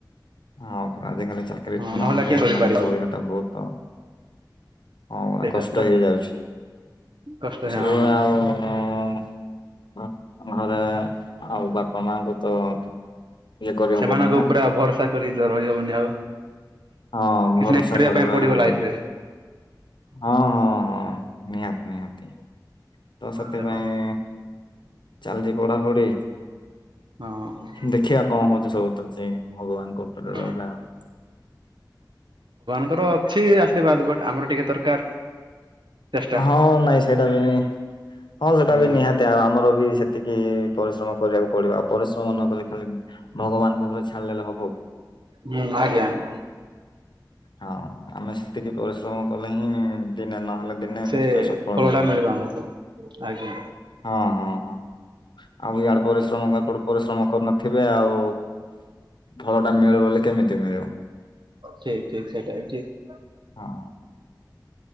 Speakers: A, on the left; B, on the right.
A: ହଁ ଆା <unintelligible> ଚାକିରୀ
B: ହଁ
A: ନହେଲେ
B: କିଏ ଚଳିପାରିବ
A: ମାନେ
B: ଆଉ
A: ଚଳିବା ଟା ବହୁତ ହଁ ଗୋଟେ
B: ସେଇଟା
A: କଷ୍ଟ
B: ପୁରା
A: ହେଇଯାଉଛି
B: କଷ୍ଟ
A: ତ ସବୁବେଳେ
B: ହଁ।
A: ଆଉଁ ଘରେ ଆଉ ବାପା ମାଙ୍କୁ ତ ଇଏ କରିହବନି
B: ସେମାନଙ୍କ
A: ନା
B: ଉପରେ ଆଉ ଭରସା କରି ତ ରହିହବନି ଆଉ
A: ହଁ
B: କିଛି
A: ଭରସା
B: ନାହିଁ କରିବା
A: କରି
B: ପାଇଁ
A: ରହି
B: ପଡିବ
A: ହବନି
B: ଲାଇଫରେ
A: ହଁ ହଁ ହଁ ନିହାତି ନିହାତି ତ ସେଥିପାଇଁ
B: ସେଟା ପରା
A: ଚାଲିଛି ପଢାପଢି
B: ହଁ ହଁ
A: ଦେଖିବା କଣ ହଉଛି ସବୁ ତ ସେ ଭଗବାନ <unintelligible> କଟଲା
B: ହଁ।
A: <unintelligible>
B: ତାଙ୍କର ଅଛି ଆଶୀର୍ବାଦ ବଟ୍ ଆମର ଟିକେ ଦରକାର ଚେଷ୍ଟା
A: ହଁ ନାଇଁ ସେଇଟା ବି ହଁ ସେଟା
B: ହୁଁ।
A: ବି ନିହାତି ଆଉ ଆମର ବି ସେ ଏତିକି ପରିଶ୍ରମ କରିବାକୁ ପଢିବା ପରିଶ୍ରମ ନ କଲେ ଖାଲି ଭଗବାନଙ୍କ ଉପରେ ଛାଡିଦେଲେ ହବ କି?
B: ହୁଁ ଆଜ୍ଞା ଆଜ୍ଞା
A: ହଁ ଆମେ ସେତିକି ପରିଶ୍ରମ କଲେ ହିଁ ଦିନେ ନହେ ଦିନେ
B: ସେ
A: ନିଶ୍ଚୟ ସଫଳ
B: ଫଳଟା
A: ମିଳିବ
B: ଆମକୁ। ଆଜ୍ଞା
A: ହଁ ହଁ। ହଁ ଆଉ ଇଆଡ଼େ ପରିଶ୍ରମ ନାଇଁ ପଡବ। ପରିଶ୍ରମ କରୁନଥିବେ ଆଉ ଫଳ ଟା ମିଳିବ ବୋଲି କେମିତି ମିଳିବ।
B: ଠିକ ଠିକ ସେଟା ବି ଠିକ।
A: ହଁ